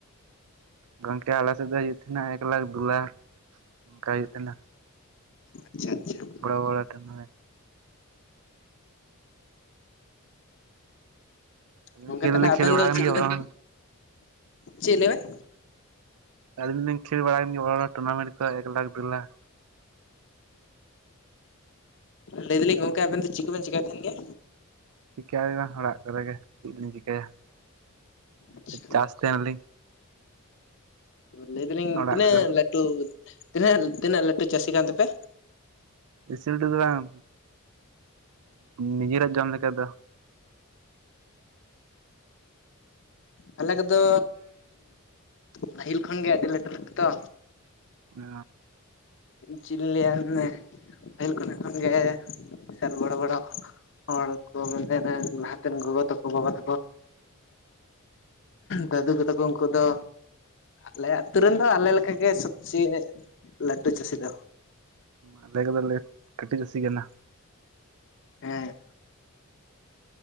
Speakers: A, on the right (about 85°); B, on the left (about 55°).
A: ᱜᱚᱢᱠᱮ ᱟᱞᱮ ᱥᱮᱫ ᱫᱚ ᱦᱳᱭ ᱛᱟᱦᱮᱸᱱᱟ, ᱮᱠ ᱞᱟᱠᱷ ᱫᱩ ᱞᱟᱠᱷ ᱱᱚᱱᱠᱟ ᱦᱩᱭᱩᱜᱭ ᱛᱟᱦᱮᱸᱱᱟ᱾
B: ᱟᱪᱪᱷᱟ ᱟᱪᱪᱷᱟ
A: ᱵᱚᱲ ᱵᱚᱲ ᱴᱩᱨᱱᱟᱢᱮᱱᱴ ᱟᱹᱞᱤᱧ
B: ᱜᱚᱢᱠᱮ
A: ᱠᱷᱮᱞ
B: ᱛᱟᱦᱚᱞᱮ
A: ᱫᱚᱞᱤᱧ
B: ᱟᱵᱮᱱ
A: ᱠᱷᱮᱞ ᱵᱟᱲᱟ
B: ᱫᱚ ᱪᱮᱫ
A: ᱠᱟᱱ ᱜᱮᱭᱟ
B: ᱠᱚᱵᱮᱱ
A: ᱵᱟᱝ
B: ᱪᱮᱫ ᱞᱟᱹᱭ ᱵᱮᱱ?
A: ᱟᱹᱞᱤᱧ ᱫᱩᱞᱤᱧ ᱠᱷᱮᱞ ᱵᱟᱲᱟ ᱜᱮ ᱵᱚᱲ-ᱵᱚᱲ ᱴᱩᱨᱱᱟᱢᱮᱱᱴ ᱠᱚ ᱮᱠ ᱞᱟᱠᱷ ᱫᱩ ᱞᱟᱠᱷ
B: ᱞᱟᱹᱭ ᱫᱟᱞᱤᱧ ᱜᱚᱢᱠᱮ ᱟᱵᱮᱱ ᱫᱚ ᱪᱮᱫ ᱠᱚᱵᱮᱱ ᱪᱤᱠᱟᱭ ᱛᱟᱦᱮᱱ ᱜᱮᱭᱟ?
A: ᱪᱤᱠᱟᱹᱭ ᱦᱚᱸ ᱵᱟᱝ ᱚᱲᱟᱜ ᱠᱚᱨᱮ ᱜᱮ ᱪᱮᱫ ᱞᱤᱧ ᱪᱤᱠᱟᱹᱭᱟ
B: ᱟᱪᱪᱷᱟ
A: ᱪᱟᱥ ᱛᱟᱦᱮᱱᱟᱞᱤᱧ᱾
B: ᱞᱟᱹᱭ ᱫᱟᱞᱤᱧ
A: ᱚᱲᱟᱜ
B: ᱛᱤᱱᱟᱹᱜ
A: ᱠᱚ
B: ᱞᱟᱹᱴᱩ ᱛᱤᱱᱟᱹ ᱛᱤᱱᱟᱹᱜ ᱞᱟᱹᱴᱩ ᱪᱟᱹᱥᱤ ᱠᱟᱱ ᱛᱟᱯᱮ?
A: ᱵᱮᱥᱤ ᱞᱟᱴᱩ ᱫᱚ ᱵᱟᱝ ᱱᱤᱡᱮᱨᱟᱜ ᱡᱚᱢ ᱞᱮᱠᱟ ᱫᱚ᱾
B: ᱟᱞᱮ ᱠᱚᱫᱚ ᱯᱟᱹᱦᱤᱞ ᱠᱷᱚᱱ ᱜᱮ ᱟᱹᱰᱤ ᱞᱟᱹᱴᱩ ᱞᱟᱹᱴᱩ ᱛᱚ᱾
A: ᱚ
B: ᱪᱮᱫ ᱤᱧ ᱞᱟᱹᱭᱟ ᱯᱟᱹᱦᱤᱞ ᱠᱷᱚᱱᱟᱜ ᱠᱷᱚᱱ ᱜᱮ ᱥᱟᱨ ᱵᱚᱲᱚ ᱵᱚᱲᱚ ᱦᱚᱲ ᱠᱚ ᱢᱮᱱᱟ ᱞᱟᱦᱟᱛᱮᱱ ᱜᱚᱜᱚ ᱛᱟᱠᱚ ᱵᱟᱵᱟ ᱛᱟᱠᱚ ᱫᱟᱹᱫᱩ ᱠᱚ ᱛᱟᱠᱚ ᱩᱱᱠᱩ ᱫᱚ ᱟᱞᱮᱭᱟᱜ ᱟᱹᱛᱩ ᱨᱮᱱ ᱫᱚ ᱟᱞᱮᱠᱟᱜ ᱜᱮ ᱥᱚᱵᱽᱥᱮ ᱞᱟᱹᱴᱩ ᱪᱟᱹᱥᱤ ᱫᱚ᱾
A: ᱟᱞᱮ ᱠᱚᱫᱚᱞᱮ ᱠᱟᱹᱴᱤᱡ ᱪᱟᱹᱥᱤ ᱠᱟᱱᱟ᱾
B: ᱦᱮᱸ